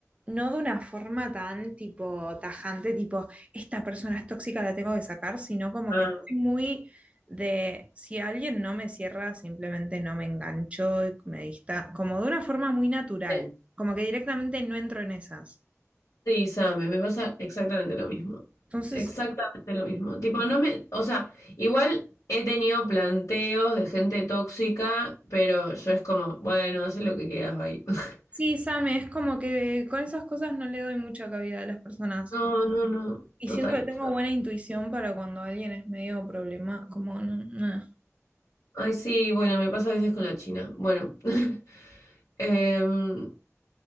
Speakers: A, on the right; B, on the left.
A: no de una forma tan tipo tajante, tipo, esta persona es tóxica, la tengo que sacar, sino como
B: Ah,
A: que estoy muy de, si alguien no me cierra, simplemente no me engancho, y me dista, como de una forma muy natural,
B: sí.
A: como que directamente no entro en esas.
B: Sí, Same, me pasa exactamente lo mismo.
A: Entonces,
B: Exactamente lo mismo. Tipo, no me, o sea, igual he tenido planteos de gente tóxica, pero yo es como, bueno, haz lo que quieras, bye. <laughs>
A: sí, Same, es como que con esas cosas no le doy mucha cabida a las personas.
B: No, no, no,
A: Y
B: total.
A: siento que tengo buena intuición para cuando alguien es medio problema, como no, no.
B: Ay, sí, bueno, me pasa a veces con la China. Bueno, <laughs> Em,